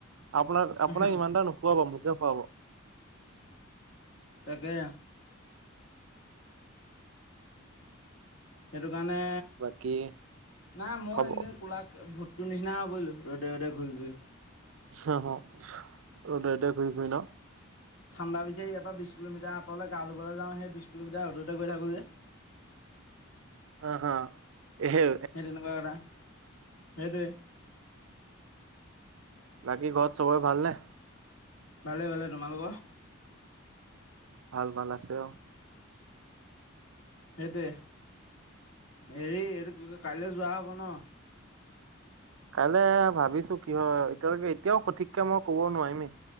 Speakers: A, on the right; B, on the left.
A: আপোনাক আপোনাক
B: আৰু
A: ইমানটা নুখোৱাব মুঠে খোৱাব
B: তাকে সেইটো কাৰণে
A: বাকী
B: নাই মই
A: খব
B: এইকেইদিন কোলা ভোটৰ নিচিনা হ হৈ'বলোঁ ৰ'দ ৰ'দ ঘূৰি ঘূৰি
A: হ হ এতিয়া ঘুৰি ফুৰি ন
B: ঠাণ্ডা পিছে ইয়াৰ বি কিলোমিটাৰ আঁৰ গ ধব যাওঁ সেই বিছ কিলোমিাৰ ৰ'দতেৈ থাকোঁ যে <inaudible>
A: অ হা সেই
B: সেই তেনেকুৱা এটা সেইটোৱে
A: বাকী ঘৰত চবৰে ভালনেে
B: ভালে ভালে তোমালোকৰ
A: ভাল ভাল আছে অ
B: সেইটোৱ হেৰি এইটো ত কাইলৈ যোৱা হব ন
A: কাইলে ভাবিছো কি হয় এতিয়ালৈকে এতিয়াও সঠিককে মই কব নোৱাৰিমেই